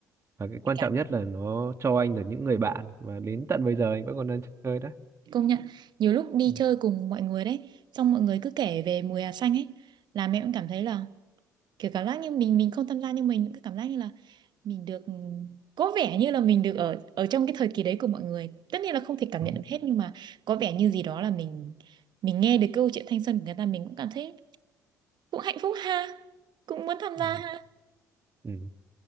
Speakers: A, on the right (about 25°); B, on the right (about 50°).
A: và cái quan
B: Cả
A: trọng nhất là nó cho anh được những người bạn và đến tận bây giờ anh vẫn còn đang chơi đó
B: công nhận nhiều lúc đi
A: ừ,
B: chơi cùng mọi người đấy, xong mọi người cứ kể về mùa hè xanh ấy là mẹ cũng cảm thấy là kiểu cảm giác như mình mình không tham gia nhưng mình cứ cảm giác như là mình được ừ, có vẻ như là mình được ở ở trong cái thời kỳ đấy của mọi người tất nhiên là không thể cảm
A: đó.
B: nhận được hết nhưng mà có vẻ như gì đó là mình mình nghe được câu chuyện thanh xuân của người ta mình cũng cảm thấy cũng hạnh phúc ha cũng muốn tham
A: ừ,
B: gia ha
A: ừ.